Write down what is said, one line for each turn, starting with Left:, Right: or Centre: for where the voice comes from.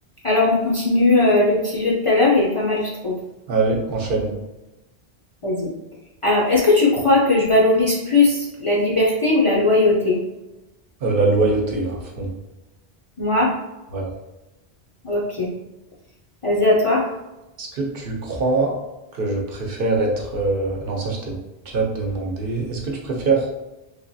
Left: Alors on continue euh, le petit jeu de tout à l'heure, il est pas mal, je trouve.
Right: Allez, enchaîne.
Left: Vas-y. Alors, est-ce que tu crois que je valorise plus la liberté ou la loyauté?
Right: Euh, la loyauté à fond.
Left: Moi?
Right: Ouais.
Left: Ok. Vas-y, à toi.
Right: Est-ce que tu crois que je préfère être... euh, Non, ça, je t'ai déjà demandé. Est-ce que tu préfères...